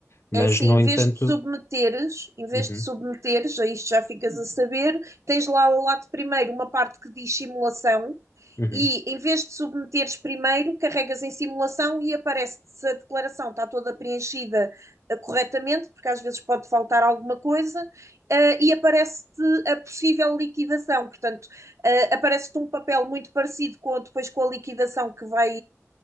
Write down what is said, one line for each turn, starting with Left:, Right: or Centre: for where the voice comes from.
Left: Mas,
Right: é assim,
Left: no
Right: em vez
Left: entanto,
Right: de submeteres, em vez
Left: uhum,
Right: de submeteres, a isto já ficas a saber, tens lá ao lado primeiro uma parte que diz simulação,
Left: uhum.
Right: E em vez de submeteres primeiro, carregas em simulação e aparece-te se a declaração está toda preenchida eh, corretamente, porque às vezes pode faltar alguma coisa, eh, e aparece-te a possível liquidação. Portanto, eh, aparece-te um papel muito parecido com, depois com a liquidação que, vai,